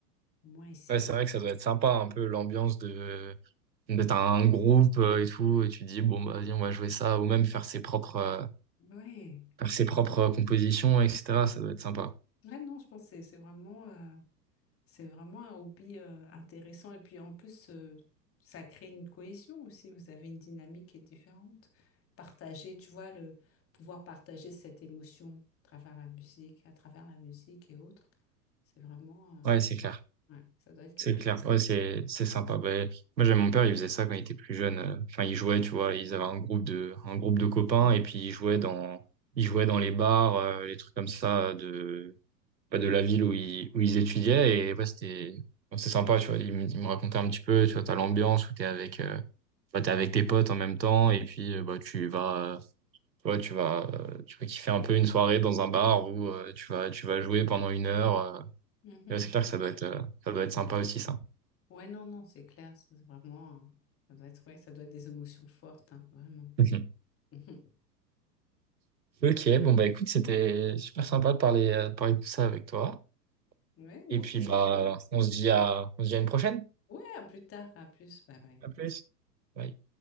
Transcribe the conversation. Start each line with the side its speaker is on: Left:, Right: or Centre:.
Left: au moins ici.
Right: Ouais, c'est vrai que ça doit être sympa un peu l'ambiance de d'être un groupe euh, et tout, et tu te dis bon bah vas-y on va jouer ça, ou même faire ses propres euh,
Left: Ouais.
Right: faire ses propres compositions, etc. Ça doit être sympa.
Left: Là, non, je pense que c'est c'est vraiment. euh, C'est vraiment un hobby euh, intéressant et puis en plus, euh, ça crée une cohésion aussi. Vous avez une dynamique qui est différente. Partager, tu vois, le pouvoir partager cette émotion à travers la musique, à travers la musique et autres, c'est vraiment, euh,
Right: Ouais, c'est clair.
Left: ouais, ça doit être quelque
Right: C'est clair,
Left: chose.
Right: ouais, c'est c'est sympa. Ben, moi, j'avais mon père, il faisait ça quand il était plus jeune. Euh, Enfin, il jouait, tu vois, ils avaient un groupe de un groupe de copains et puis ils jouaient dans ils jouaient dans les bars, euh, les trucs comme ça de pas de la ville où ils où ils étudiaient et ouais, c'était bon, c'est sympa, tu vois. Il me, il me racontait un petit peu, tu vois, t'as l'ambiance où t'es avec euh, bah, t'es avec tes potes en même temps et puis euh, bah tu vas euh, tu vois, tu vas euh, tu vas kiffer un peu une soirée dans un bar où euh, tu vas tu vas jouer pendant une heure. euh.
Left: Mhm.
Right: Et ouais, c'est clair que ça doit être euh, ça doit être sympa aussi ça.
Left: Ouais, non, non, c'est clair, c'est vraiment, euh, ça doit être, ouais, ça doit être des émotions fortes, hein, vraiment.
Right: <laughs>
Left: Mhm.
Right: Ok, bon bah écoute, c'était super sympa de parler, euh, de parler de tout ça avec toi.
Left: Ouais, non,
Right: Et puis
Left: c'est
Right: bah
Left: clair.
Right: on se dit à on se dit à une prochaine.
Left: Ouais, à plus tard, à plus, bye bye.
Right: À plus. Bye.